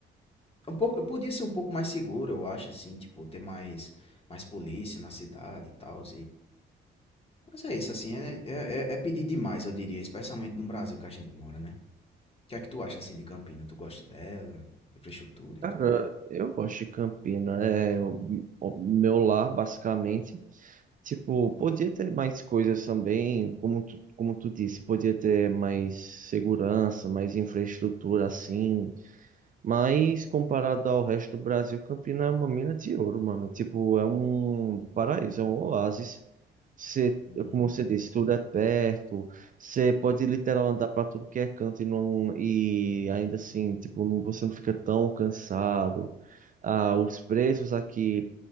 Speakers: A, on the left; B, on the right.
A: Um pouco, eu podia ser um pouco mais seguro, eu acho, assim, tipo, ter mais, mais polícia na cidade e tal, Mas é isso, assim, é, é, é é pedir demais, eu diria, especialmente no Brasil que a gente mora, né? O que é que tu acha, assim, de Campina? Tu gosta dela, de Freixotura e
B: Cara,
A: tudo?
B: eu gosto de Campina, é o o meu lar, basicamente. Tipo, podia ter mais coisas também, como tu, como tu disse, podia ter mais segurança, mais infraestrutura assim, Mas comparado ao resto do Brasil, Campina é uma mina de ouro, mano. Tipo, é um paraíso, é um oásis. Você,
A: Hum,
B: como você disse, tudo é perto. Você pode literal andar pra tudo que é canto e, não, e ainda assim, tipo, não- você não fica tão cansado. Ah, os preços aqui